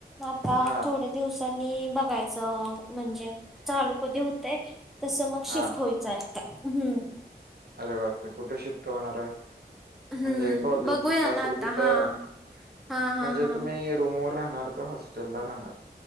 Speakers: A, in the centre; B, on the right.
A: आता
B: हां,
A: थोडे दिवसांनी बघायचं म्हणजे चालू कधी होतय तसं मग
B: हां.
A: शिफ्ट होयचंय हम्म
B: अरे बापरे कुठे शिफ्ट होणार आहे
A: हम्म
B: म्हणजे कॉलेज
A: बघूया
B: जिथं
A: ना
B: असेल
A: आता
B: तिथं
A: हा हा
B: म्हणजे
A: हा हा
B: तुम्ही रूमवरर राहणार हॉस्टेलला राहणार